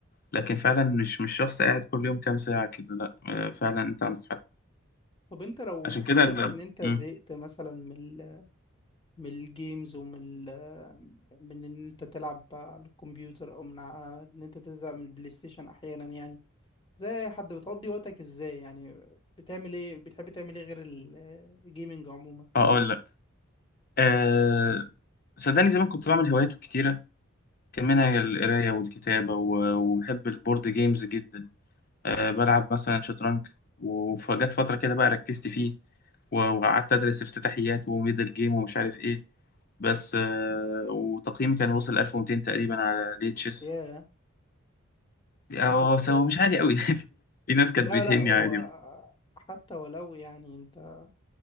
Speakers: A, on the left; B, on the left.
A: لكن فعلا مش مش شخص قاعد كل يوم كام ساعة كده لأ آه، فعلا أنت عندك حق
B: طب أنت لو
A: عشان
B: حسيت
A: كده ال-
B: إن أنت زهقت
A: مم.
B: مثلا من ال من الجيمز ومن ال من إن أنت تلعب على الكمبيوتر أو من ع- إن أنت تزهق من البلاي ستيشن أحيانا يعني زي أي حد بتقضي وقتك إزاي يعني بتعمل إيه بتحب تعمل إيه غير ال- الجيمنج عموما
A: أه أقول لك أه صدقني زمان كنت بعمل هوايات كتيرة كان منها القراية والكتابة و- وبحب البورد جيمز جدا أه بلعب مثلا شطرنج وفجت فترة كده بقى ركزت فيه و- وقعدت أدرس افتتاحيات وميدل جيم ومش عارف إيه بس أه وتقييمي كان وصل 1200 تقريبا على ليتشس
B: ياه أنت
A: هو
B: كنت
A: هو مش عالي قوي <laughs> في ناس كانت
B: لا
A: بتهني
B: لا هو
A: عادي
B: حتى ولو يعني انت